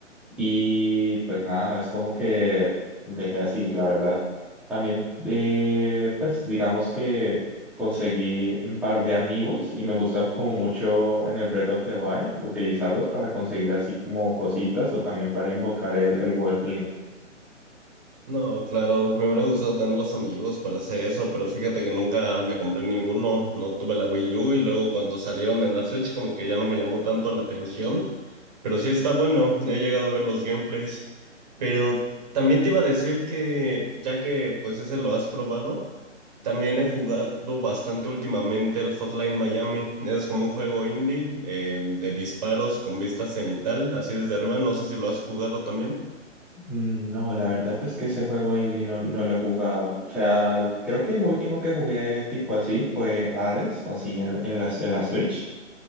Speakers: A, in the centre; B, on the right.
A: y pues nada, es como que dejé así, la verdad. También, eh, pues digamos que conseguí un par de amigos y me gusta como mucho en el Breath of the Wild utilizarlos para conseguir así como cositas o también para invocar el, el Wolf Link.
B: No, claro, me hubiera gustado tener los amigos para hacer eso, pero fíjate que nunca me compré ninguno, no tuve la Wii U y luego cuando salieron en la Switch como que ya no me llamó tanto la atención, pero sí está bueno, he llegado a ver los gameplays, pero también te iba a decir que ya que pues ese lo has probado, también he jugado bastante últimamente el Hotline Miami, es como un juego indie eh, de disparos con vista cenital, así desde arriba, no sé si lo has jugado también.
A: Mm, No, la verdad es que ese juego indie no, no lo he jugado. O sea, creo que lo último que jugué tipo así fue Hades, así en, en las- en la Switch.